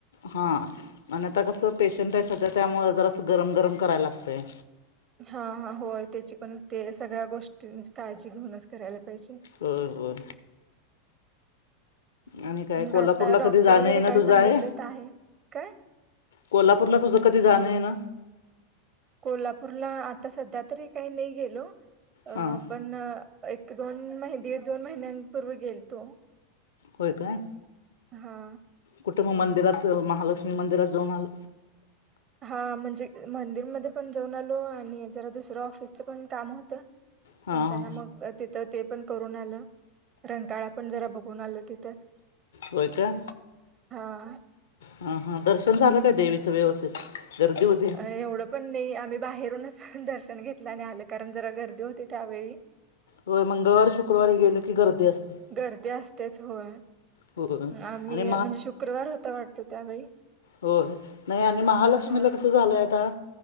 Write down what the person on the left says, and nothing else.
हा आणि आता कसं पेशंट आहे सध्या त्यामुळे त्याला अस गरम गरम करायला लागतंय.
हो हो. आणि काय
कोल्हापूरला
कधी
जाणं
येन
तुझं
आहे.
कोल्हापूरला तुझं कधी जाणं येन.
हां
होय काय
कुठे मग मंदिरात महालक्ष्मी मंदिरात जाऊन आलं
हां
हां
हो काय.
ह हा दर्शन झालं काय देवीचं व्यवस्थित गर्दी होती.
हो मंगळवारी शुक्रवारी गेले की गर्दी असते.
होय
आणि
हो नाही आणि महालक्ष्मीला
कसं झालंय आता